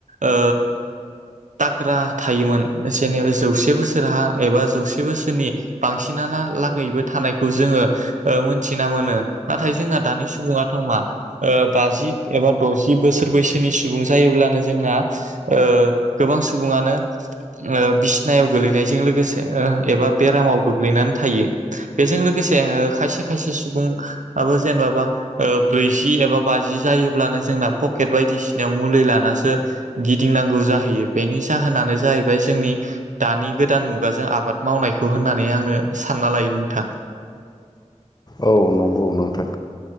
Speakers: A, on the right (about 80°); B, on the left (about 35°).
A: ओ थाग्रा थायोमोन जेनेबा जौसे बोसोरहा एबा जौसे बोसोरनि बांसिनालागैबो थानायखौ जोङो मोनथिना मोनो नाथाय जोंना दानि सुबुङाथ' मा ओ बाजि एबा द'जि बोसोर बैसोनि सुबुं जायोब्लानो जोंना ओ गोबां सुबुङानो ओ बिसिनायाव गोलैनायजों लोगोसे ओ एबा बेरामाव गोग्लैनानै थायो बेजों लोगोसे ओ खायसे खायसे सुबुङाबो जेमाबा ब्रैजि एबा बाजि जायोब्लानो जोंना पकेट बायदिसिनायाव मुलि लानासो गिदिंनांगौ जाहैयो बेनि जाहोनानो जाहैबाय जोंनि दानि गोदान मुगाजों आबाद मावनायखौ होननानै आङो सानना लायो नोंथां।
B: औ नंगौ नोंथां